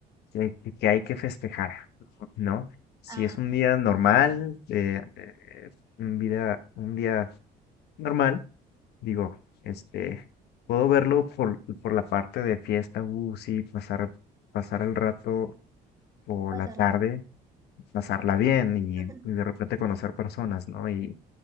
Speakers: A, on the left; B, on the right.
A: que hay que, que hay que festejar, ¿no? Si
B: ah,
A: es un día normal, eh, eh, eh, un día, un día normal, digo, este, puedo verlo por, por la parte de fiesta, uh, sí, pasar, pasar el rato o
B: pasarla.
A: la tarde, pasarla bien y,
B: <laughs>
A: y de repente conocer personas, ¿no? Y,